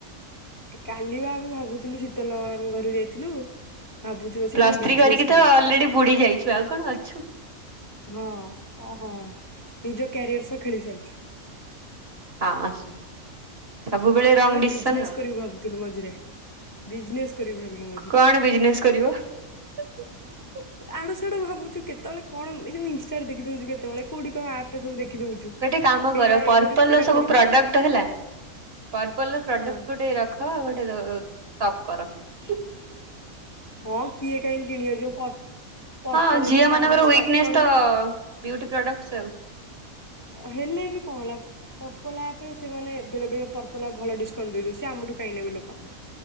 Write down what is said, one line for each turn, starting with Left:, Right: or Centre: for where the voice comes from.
Left: କାଲି ବା ଆମେ ଭାବୁଥିଲୁ ଶୀତଲ ଆମ ଘରକୁ ଯାଇଥିଲୁ ଭାବୁଛୁ ବସି
Right: ପ୍ଲସ୍
Left: କଣ ବିଜନେସ୍
Right: ଥ୍ରୀ କରିକି
Left: କରିବା।
Right: ତ ଅଲରେଡି ବୁଡି ଯାଇଛୁ ଆଉ କଣ ଅଛୁ।
Left: ହଁ ଓ ହଁ ନିଜ କ୍ୟାରିୟର ସହ ଖେଳି ସାରିଛୁ।
Right: ହଁ ସବୁବେଳେ ରଙ୍ଗ
Left: ଆମେ
Right: ଡିସିସନ
Left: ବିଜନେସ୍
Right: ଆଉ।
Left: କରିବୁ ଭାବୁଥିଲୁ ମଝିରେ। ବିଜନେସ କରିବି ଭାବିଲୁ ମଝିରେ
Right: କଣ <unintelligible>
Left: ଆଡୁ ସିଆଡୁ ଭାବୁଛୁ କେତେବେଳେ କଣ ଏ ଯୋଉ ଇଷ୍ଟା ଦେଖିଦଉଛୁ କେତେବେଳେ କୋଉଠି କଣ ରେ ସବୁ ଦେଖି ଦଉଛୁ
Right: ଗୋଟେ କାମ କର
Left: ଏଇଟା
Right: ପର୍ପଲ
Left: ଏଇ କରିବୁ ସେଇଟା
Right: ର ସବୁ
Left: କରିବୁ
Right: ପ୍ରଡକ୍ଟ ହେଲା ପର୍ପଲ ର ପ୍ରଡକ୍ଟ
Left: ହଁ
Right: ଗୋଟେ ରଖ ଗୋଟେ ସପ କର ହ
Left: ହଁ କିଏ କାହିଁ କିଣି ବ ଯୋଉ ପର୍ପଲରେ
Right: ହଁ ଝିଅ
Left: ତ ତା
Right: ମାନଙ୍କର
Left: ଦେହରେ ସେ
Right: ୱିକନେସ୍
Left: ଅଫର
Right: ତ
Left: ମିଳେ
Right: ବିଉଟି ପ୍ରଡକ୍ଟ ସବୁ
Left: ହେଲେ ବି କଣ ହେଲା ପରପଲ ଆପ୍ ରେ ସେମାନେ ବେଳେ ବେଳେ ପରପଲ ଆପ ଭଲ ଡିସକାଉଣ୍ଟ ଦେଇ ଦଉଚି। ସେ ଆମଠୁ କାହିଁ ନେବେ ଲୋକ